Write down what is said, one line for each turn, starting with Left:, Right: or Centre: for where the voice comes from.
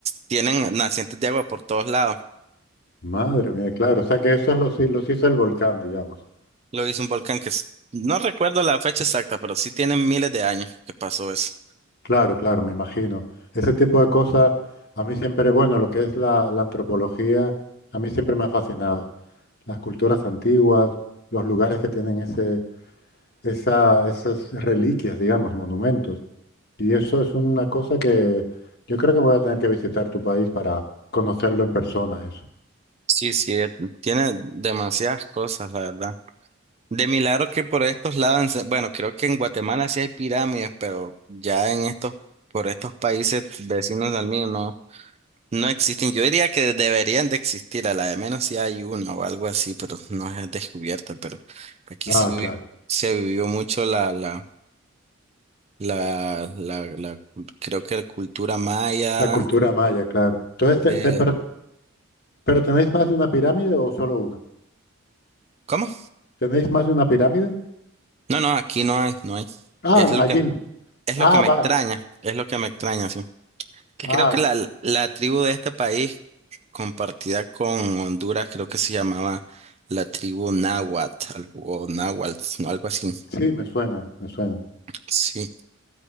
Right: tienen nacientes de agua por todos lados.
Left: madre mía, claro, o sea que eso los, hi- los hizo el volcán, digamos.
Right: Lo hizo un volcán que es- no recuerdo la fecha exacta, pero sí tiene miles de años que pasó eso.
Left: Claro, claro, me imagino. Ese tipo de cosas, a mí siempre, bueno, lo que es la, la antropología, a mí siempre me ha fascinado. Las culturas antiguas, los lugares que tienen ese, esa, esas reliquias, digamos, monumentos. Y eso es una cosa que yo creo que voy a tener que visitar tu país para conocerlo en persona, eso.
Right: Sí, sí, eh, tiene demasiadas cosas, la verdad. De milagro que por estos lados, en Se- bueno, creo que en Guatemala sí hay pirámides, pero ya en estos, por estos países vecinos al mío, no. No existen, yo diría que deberían de existir, a la de menos si hay uno o algo así, pero no es descubierta, pero aquí
Left: Ah,
Right: sí vivió-
Left: claro.
Right: se vivió mucho la, la, la, la, la cul- creo que la cultura maya,
Left: La cultura maya, claro. Entonces, te-
Right: eh,
Left: te- pero, pero ¿tenéis más de una pirámide o solo una?
Right: ¿cómo?
Left: ¿Tenéis más de una pirámide?
Right: No, no, aquí no hay, no hay,
Left: Ah,
Right: es lo
Left: allí.
Right: que,
Left: no.
Right: es
Left: Ah,
Right: lo que me
Left: va.
Right: extraña, es lo que me extraña, sí, que
Left: Ah,
Right: creo que la, la tribu de este país, compartida con Honduras, creo que se llamaba la tribu náhuatl, algo- o náhuatl, algo así,
Left: Sí, me suena, me suena.
Right: sí.